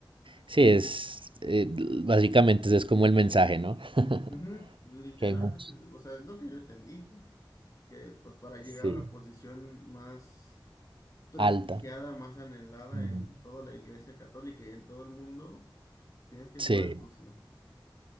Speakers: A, on the right (about 75°); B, on the left (about 40°).
A: Sí, es, eh, básicamente ese es como el mensaje, ¿no? <laughs>
B: Ujú, literal,
A: Que hay muchos.
B: es- o sea, es lo que yo entendí, que pues para llegar
A: Sí.
B: a la posición más prestigiada,
A: Alta.
B: más anhelada
A: Mm.
B: en toda la iglesia católica y en todo el mundo, tienes que
A: Sí.
B: jugar sucio.